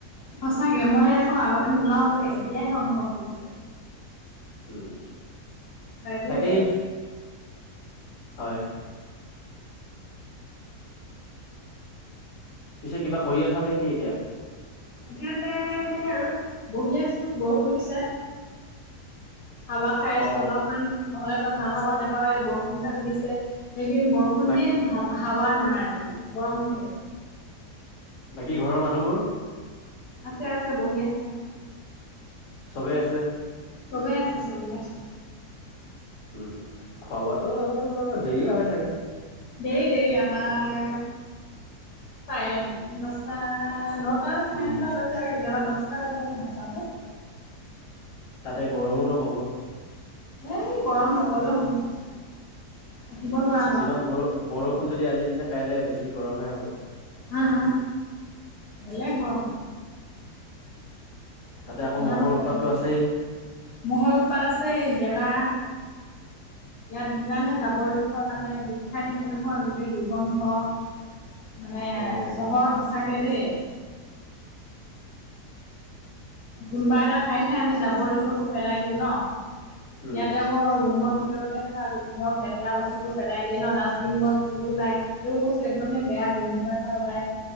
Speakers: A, on the left; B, on the left.
A: সঁচাকে মই আকৌ আগতে নোলাওঁ যে এতিয়াহে অনুভৱ কৰিছো।
B: উম
A: ঠাইবোৰ
B: তাকেই
A: যে
B: হয়। পিছে কিবা কৰি আছা নে'কি এতিয়া?
A: এতিয়া যে সেই আৰু বহি আছো বৰষুণ দিছে। হাৱা খাই আছো
B: অ
A: অলপমান নহ'লেতো ভাল হাৱা নোপাৱে বৰষুণ জাক দিছে। এই কেইদিন বৰষুণ
B: বাকী
A: দিয়ে ভাল হাৱা নামাৰে
B: উম
A: গৰম হৈ থাকে।
B: বাকী ঘৰৰ মানুহবোৰ?
A: আছে আছে বহি আছে।
B: চবেই আছে?
A: সবেই আছে সবে আছে।
B: উম খোৱা-বোৱা তো দেৰিয়ে হয় চাগে?
A: দেৰি দেৰি আমাৰ চাৰে দছটা ন' চাৰে
B: উম
A: নটা বাজে আৰু কেতিয়াবা দহটা বাজে আৰু ভাত খাওঁতে।
B: তাতে গৰমোতো বহুত।
A: এ' গৰম নকলেও হব। থাকিব নোৱা
B: যিমান বৰ -বৰষুণ যদি আজি দিছে কাইলৈ বেছি গৰমহে হব।
A: আ' আ বেলেগ গৰম
B: তাতে আকৌ
A: ইমান
B: মহ'ৰ
A: গৰম
B: উৎপাতটো আছেই।
A: মহৰ উৎপাত আছে গেলা। ইয়াত যিমানহে জাবৰ জোঁথৰ মানে গোট খাই থাকে নহয় গোটেই দুৰ্গন্ধ। মানে
B: অ গুড
A: চহৰত সচাকে দেই। কোনোবা এটা ঠাই হে আমি জাবৰ-জোথৰবোৰ পেলাই দিওঁ ন,
B: উম
A: ইয়াতে <unintelligible> ৰুমৰ ভিতৰতে ধৰা, ধৰক লেতেৰা বস্তুবোৰ পেলাই দিয়ে ন', ডাষ্টবিনত পোক ওলাই। এই বস্তু একদমেই বেয়া, গোন্ধ এটা ওলাই,